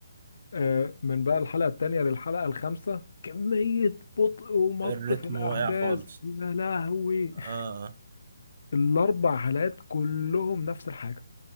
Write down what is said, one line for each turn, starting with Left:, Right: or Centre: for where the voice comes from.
Left: آه من بقى الحلقة التانية للحلقة الخامسة كمية بطء ومط
Right: الريتم
Left: في الاحداث
Right: واقع خالص
Left: يا لهوي
Right: اه
Left: <laughs> الاربع حلقات كلهم نفس الحاجة